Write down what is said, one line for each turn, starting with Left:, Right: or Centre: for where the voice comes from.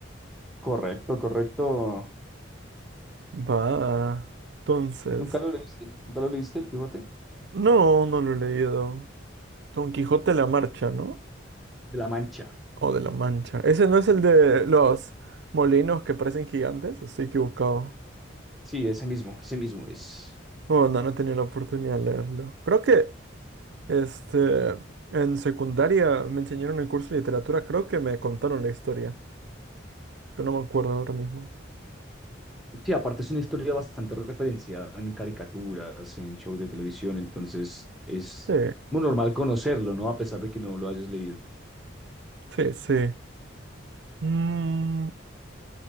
Centre: Correcto, correcto.
Right: Va. Entonces.
Centre: ¿Nunca lo leíste? ¿Nunca lo leíste, el Quijote?
Right: No, no lo he leído. Don Quijote de la Marcha, ¿no?
Centre: De la Mancha.
Right: O de la Mancha. Ese no es el de los molinos que parecen gigantes. Estoy equivocado.
Centre: Sí, ese mismo, ese mismo es.
Right: Oh, no, no he tenido la oportunidad de leerlo. Creo que, este, en secundaria me enseñaron el curso de literatura. Creo que me contaron la historia, pero no me acuerdo ahora mismo.
Centre: Sí, aparte es una historia bastante referenciada en caricaturas, en shows de televisión, entonces es
Right: Sí,
Centre: muy normal conocerlo, ¿no? A pesar de que no lo hayas leído.
Right: sí, sí. Mm,